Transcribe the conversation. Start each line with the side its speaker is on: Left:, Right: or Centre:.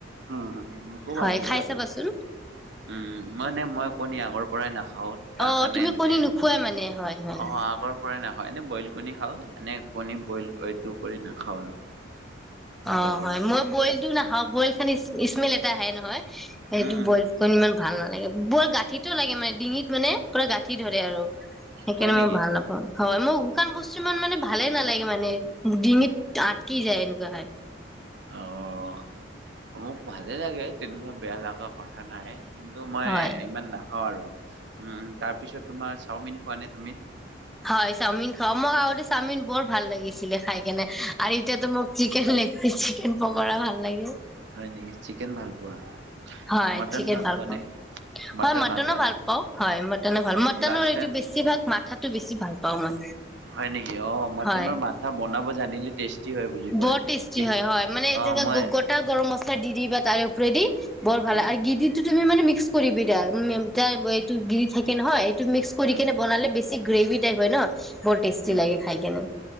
Right: উ মোকো ভাল
Centre: হয়
Right: লাগে
Centre: খাই
Right: বাৰু
Centre: চাবাচোন
Right: উম মানে মই কণী আগৰ পৰাই নাখা হ তাৰ
Centre: অ
Right: কাৰণে
Centre: তুমি
Right: মানে
Centre: কণী নোখোৱাই মানে হয় হয়
Right: অ আগৰ পৰাই নাখ হয় এনে বইল কণী খাওঁ এনে কণীৰ বইল এইটো। কৰি নাখাওঁ আৰু। আগৰ
Centre: অ
Right: পৰাই
Centre: হয় মই বইলটো না অ বইল খানি স্মেল এটা আহে নহয়। সেইটো
Right: উম
Centre: বইল কৰি ইমান ভাল নালাগে। বৰ গাঁঠিতো লাগে মানে। ডিঙিত মানে পুৰা গাঁঠি ধৰে আৰু সেইকাৰণে
Right: হয় নেকি
Centre: মই ভাল নাপাওঁ হয় মোৰ শুকান বস্তু ইমান মানে ভালে নালাগে, মানে ডিঙিত আটকি যায় এনেকুৱা হয়।
Right: অঁ, মোক ভালে লাগে তেনেকুৱা বেয়া লাগা কথা নাই। কিন্তু মই
Centre: হয়
Right: ইমান না খাওঁ আৰু উম তাৰপিছত তোমাৰ, চাওমিন খোৱা নে তুমি?
Centre: হয় চাওমিন খাও মোক আগতে চাওমিন বৰ ভাল লাগিছিলে খাই কেনে। আৰু এতিয়াতো মোক চিকেন লেগ পীচ চিকেন পক কৰা ভাল লাগে।
Right: হয় নেকি চিকেন ভাল পোৱা?
Centre: হয়
Right: মটন
Centre: চিকেন ভাল
Right: পোৱা
Centre: পাওঁ
Right: নে মটন
Centre: হয় মটনও
Right: পোৱা
Centre: ভাল
Right: নে?
Centre: পাও হয় ম মটনৰ
Right: লাষ্ট
Centre: সেইটো
Right: টাইম
Centre: বেছি ভালভাগ সেইটো বেছি ভাল। পাওঁ মই
Right: হয় নেকি অ মটনৰ
Centre: হয়
Right: মাথা বনাব জানিলে টেষ্টি হয় বুলি কয়
Centre: বৰ টেষ্টি
Right: কি
Centre: হয় হয় মানে
Right: অ,
Centre: যেনে
Right: মই
Centre: গোটা গৰম মছলা দি দিবা তাৰে উপৰেদি বৰ ভালে
Right: উম
Centre: আৰু গিদিটো। তুমি মানে মিক্স কৰিবি দা উম তাএইটো গিৰি থাকে নহয়। মিক্স কৰি
Right: উম
Centre: কেনে বনালে। ছি গ্ৰেভী টাইপ হয় ন। বৰ টেষ্টি
Right: উম
Centre: লাগে খাই কেনে